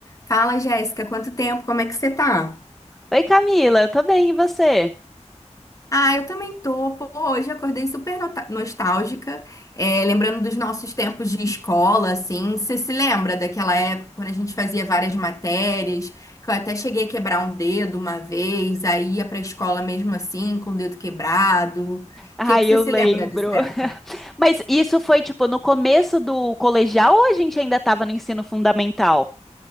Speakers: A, on the left; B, in the centre.
A: Fala, Jéssica, quanto tempo? Como é que você tá?
B: Oi, Camila, eu tô bem, e você?
A: Ah, eu também tô. Pô, hoje eu acordei super nota- nostálgica, é, lembrando dos nossos tempos de escola, assim. Você se lembra daquela época quando a gente fazia várias matérias, que eu até cheguei a quebrar um dedo uma vez, aí ia pra escola mesmo assim, com o dedo quebrado.
B: Ai,
A: O que que você
B: eu
A: se
B: lembro.
A: lembra dessa
B: <laughs>
A: época?
B: Mas isso foi tipo no começo do colegial ou a gente ainda tava no ensino fundamental?